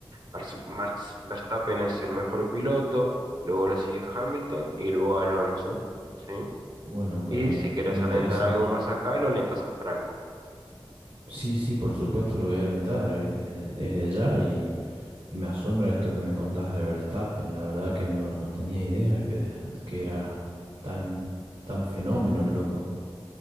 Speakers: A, on the right; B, on the right.
A: Marx, Max Verstappen es el mejor piloto, luego lo sigue Hamilton y luego Alonso, ¿sí?
B: Bueno, me,
A: Y si querés
B: me interesa
A: alentar algo
B: mucho.
A: más acá, lo alentas a Franco.
B: Sí, sí, por supuesto, lo voy a alentar eh, desde, desde ya y, y me asombra esto que me contás de Verstappen. La verdad que no, no tenía idea que, que era tan, tan fenómeno el loco.